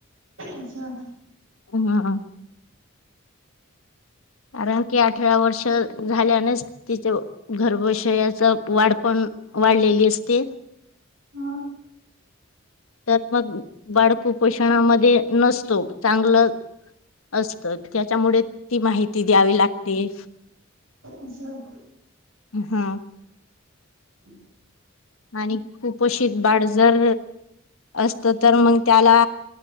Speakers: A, on the right; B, on the left.
A: असं
B: हा कारण की अठरा वर्ष झाल्यानेच तिच गर्भशयाच वाढ पण वाढलेली असते.
A: ह
B: तर मग बाळ कुपोषणामध्ये नसतो चांगलं असत त्याच्यामुळे ती माहिती द्यावी लागते
A: असं
B: ह
A: <inaudible>
B: आणि कुपोषित बाळ जर असत तर मग त्याला